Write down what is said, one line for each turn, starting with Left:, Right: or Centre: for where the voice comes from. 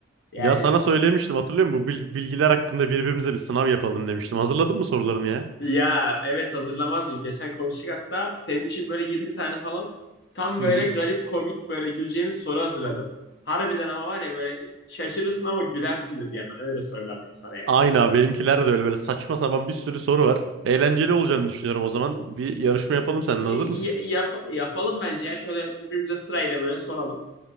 Left: Yani
Right: Ya sana söylemiştim hatırlıyor musun? Bu bil- bilgiler hakkında birbirimize bir sınav yapalım demiştim. Hazırladın mı sorularını ya?
Left: ya evet hazırlamaz mıyım? Geçen konuştuk hatta senin için böyle 20 tane falan tam
Right: Hı
Left: böyle
Right: hı.
Left: garip komik böyle güleceğimiz soru hazırladım. Harbiden ama var ya böyle şaşırırsın ama gülersin de bir yandan öyle sorular diyeyim sana yani.
Right: Aynı abi benimkiler de öyle böyle saçma sapan bir sürü soru var. Eğlenceli olacağını düşünüyorum o zaman. Bir yarışma yapalım seninle
Left: Y-
Right: hazır mısın?
Left: y- yap- yapalım bence ya şöyle birbirimize sırayla böyle soralım.